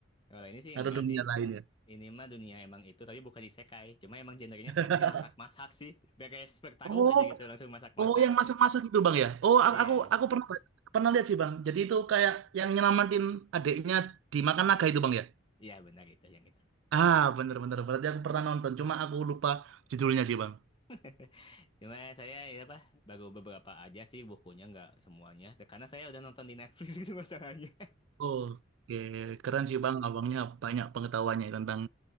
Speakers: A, on the left; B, on the right.
A: Kalau ini sih
B: Atau
A: enggak
B: dunia
A: sih.
B: lain ya.
A: Ini mah dunia emang itu tapi bukan isekai. Cuma emang gendernya
B: <laughs>
A: kelihatannya masak-masak sih. Beres bertarung
B: Oh,
A: aja gitu langsung masak-masak.
B: oh yang masak-masak itu bang ya. Oh,
A: Iya,
B: a- aku aku pernah pernah lihat sih bang. Jadi itu kayak yang nyelamatin adiknya dimakan naga itu bang ya.
A: iya benar itu yang itu.
B: Ah, bener-bener. Berarti aku pernah nonton. Cuma aku lupa judulnya sih bang.
A: <laughs> Cuma saya ya apa baru beberapa aja sih bukunya nggak semuanya. Dan Karena saya udah nonton di Netflix <laughs> gitu masalahnya.
B: Oke, keren sih bang.
A: Gitu.
B: Abangnya banyak pengetahuannya tentang